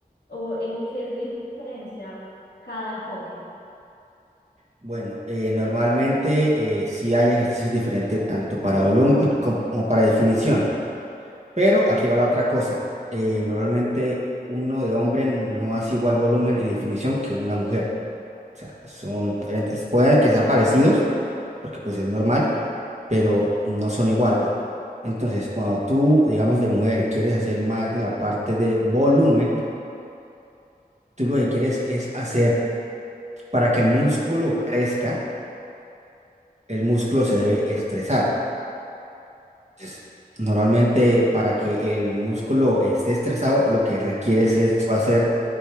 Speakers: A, on the left; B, on the right.
A: ¿O en qué se diferencia cada enfoque?
B: Bueno, eh, normalmente eh, sí hay ejercicios diferentes tanto para volumen com- como para definición, pero aquí va la otra cosa. eh, normalmente uno de hombre no hace igual volumen y definición que una mujer. O sea, son diferentes. Pueden que sean parecidos, porque pues es normal, pero no son iguales. Entonces, cuando tú, digamos, de mujer quieres hacer más de la parte de volumen, tú lo que quieres es hacer para que el músculo crezca el músculo se debe estresar. Entonces, normalmente para que el músculo esté estresado, lo que requieres es hacer,